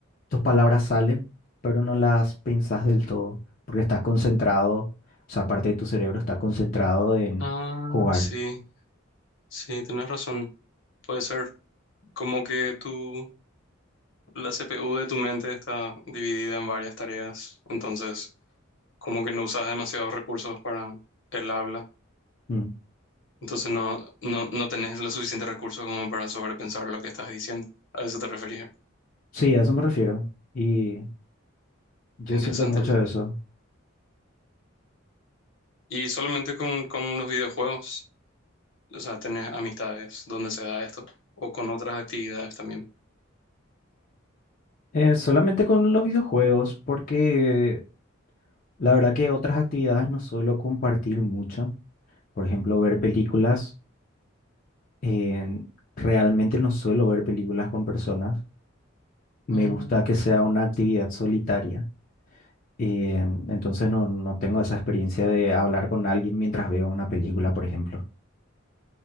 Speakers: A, on the left; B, on the left.
A: tus palabras salen, pero no las pensás del todo, porque estás concentrado, o sea, parte de tu cerebro está concentrado en
B: Ah,
A: jugar.
B: sí, sí, tenés razón. Puede ser Como que tu, la CPU de tu mente está dividida en varias tareas, entonces como que no usas demasiados recursos para el habla,
A: Mm.
B: entonces no, no, no tenés los suficientes recursos como para sobrepensar lo que estás diciendo. A eso te refería.
A: Sí, a eso me refiero. Y yo
B: Está interesante
A: siento mucho
B: eso.
A: eso.
B: Y solamente con, con los videojuegos, o sea, tenés amistades donde se da esto, o con otras actividades también.
A: Eh, solamente con los videojuegos, porque la verdad que otras actividades no suelo compartir mucho. Por ejemplo, ver películas. eh, realmente no suelo ver películas con personas. Me
B: Mm,
A: gusta que sea una actividad solitaria. eh, entonces no, no tengo esa experiencia de hablar con alguien mientras veo una película, por ejemplo.